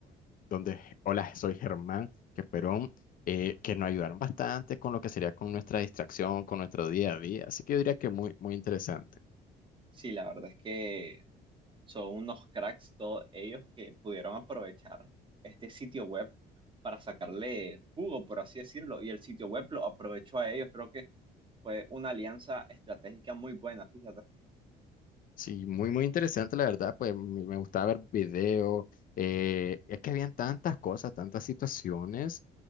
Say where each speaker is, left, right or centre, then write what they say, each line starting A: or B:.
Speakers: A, on the left; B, on the right.
A: donde Hola, soy Germán, que fueron, eh, que nos ayudaron bastante con lo que sería con nuestra distracción, con nuestro día a día. Así que yo diría que muy, muy interesante.
B: Sí, la verdad es que Son unos cracks todos ellos que pudieron aprovechar este sitio web para sacarle jugo, por así decirlo, y el sitio web lo aprovechó a ellos. Creo que fue una alianza estratégica muy buena, fíjate.
A: Sí, muy, muy interesante, la verdad. Pues me me gustaba ver videos. eh, es que habían tantas cosas, tantas situaciones